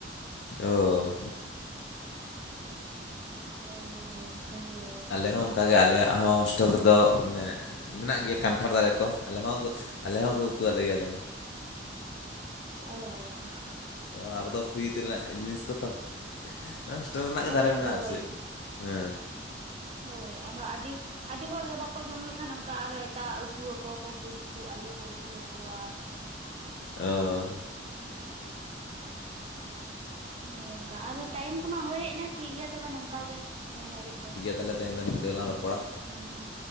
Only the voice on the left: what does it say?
ᱚ
ᱟᱞᱮ ᱦᱚᱸ ᱚᱱᱠᱟᱜᱮ ᱟᱞᱮᱭᱟᱜ ᱦᱚᱸ ᱦᱳᱥᱴᱮᱞ ᱨᱮᱫᱚ ᱢᱟᱱᱮ ᱢᱮᱱᱟᱜ ᱜᱮᱭᱟ ᱠᱟᱱᱴᱷᱟᱲ ᱫᱟᱨᱮ ᱠᱚ ᱟᱞᱮ ᱦᱚᱸ ᱟᱞᱮ ᱦᱚᱸᱠᱚ ᱩᱛᱩ ᱟᱞᱮ ᱜᱮᱭᱟ ᱫᱚᱢᱮ
ᱚᱱᱟ ᱠᱚᱫᱚ ᱯᱷᱤᱨᱤ ᱛᱮᱱᱟᱜ ᱡᱤᱱᱤᱥ ᱠᱚᱛᱚ ᱦᱚᱳᱥᱴᱮᱞ ᱨᱮᱱᱟᱜ ᱜᱮ
ᱫᱟᱨᱮ ᱢᱮᱱᱟᱜᱼᱟ
ᱟᱨ ᱪᱮᱫ ᱦᱮ
ᱚ
ᱛᱟᱦᱞᱮ ᱛᱮᱦᱮᱧ ᱫᱚ ᱱᱤᱝᱠᱟᱹ ᱜᱮᱞᱟᱝ ᱨᱚᱯᱚᱲᱟ